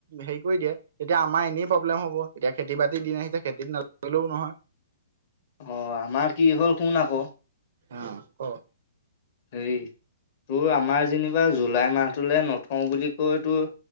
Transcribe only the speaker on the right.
হেৰি কৰি দিয়ে। এতিয়া আমাৰ এনেই প্ৰব্লেম হ'ব, এতিয়া খেতি বাতিৰ দিন আহিছে খেতিত নালগিলেও নহয়।
অ' ক?